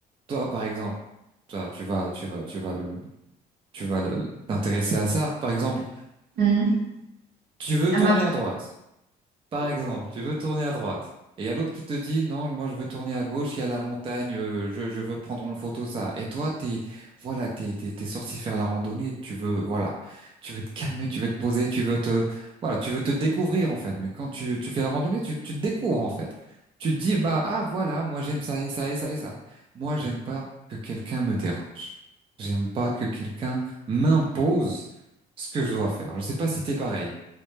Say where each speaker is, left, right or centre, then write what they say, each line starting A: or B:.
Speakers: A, on the right (about 30°); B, on the right (about 65°).
A: toi par exemple, toi tu vas, tu vas, tu vas le, tu vas le- t'intéresser à ça, par exemple,
B: Mm.
A: tu veux
B: Un
A: tourner
B: matin.
A: à droite. Par
B: OK.
A: exemple, tu veux tourner à droite et il y a l'autre qui te dit non, moi je veux tourner à gauche, il y a la montagne, euh, je, je veux prendre en photo ça. Et toi, t'es voilà, t'es, t'es, t'es sorti faire la randonnée, tu veux voilà, tu veux te calmer, tu veux te poser, tu veux te voilà, tu veux te découvrir en fait. Mais quand tu, tu fais la randonnée, tu, tu te découvres en fait. Tu te dis bah ah voilà, moi j'aime ça et ça et ça et ça. Moi j'aime pas que quelqu'un me dérange. J'aime pas que quelqu'un m'impose ce que je dois faire. Je sais pas si t'es pareil.